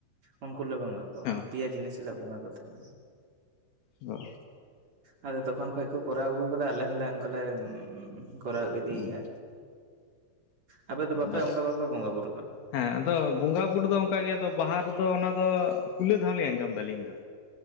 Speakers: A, on the right; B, on the left.
A: ᱩᱱᱠᱩ ᱞᱮᱮ ᱵᱚᱸᱜᱟ ᱠᱚᱣᱟ
B: ᱦᱮᱸ
A: ᱯᱮᱭᱟ ᱡᱤᱱᱤᱥ ᱪ ᱵᱚᱸᱜᱟ ᱠᱚ ᱛᱟᱦᱮᱱᱟ
B: ᱚ
A: ᱟᱫᱚ ᱛᱚᱠᱷᱚᱱ ᱠᱷᱚᱡ ᱠᱚ ᱠᱚᱨᱟᱣ ᱟᱹᱜᱩᱠᱟᱫᱟ ᱟᱞᱮ ᱦᱚᱸᱞᱮ ᱚᱱᱠᱟᱞᱮ ᱠᱚᱨᱟᱣ ᱤᱫᱤᱭᱮᱫᱼᱟ
B: ᱦᱩᱸ
A: ᱟᱯᱮ ᱫᱚ ᱵᱟᱯᱮ
B: ᱟᱫᱚ
A: ᱚᱝᱠᱟ ᱵᱟᱯᱮ ᱵᱚᱸᱜᱟ ᱵᱩᱨᱩ
B: ᱦᱮᱸ ᱟᱫᱚ ᱵᱚᱸᱜᱟ ᱵᱩᱨᱩ ᱫᱚ ᱚᱱᱠᱟ ᱜᱮ ᱟᱫᱚ ᱵᱟᱦᱟ ᱟ ᱫᱚ ᱚᱱᱟ ᱫᱚ ᱯᱷᱩᱞᱟᱹ ᱫᱷᱟᱣ ᱞᱤᱧ ᱟᱸᱡᱚᱢ ᱮᱫᱟ ᱟᱹᱞᱤᱧ ᱫᱚ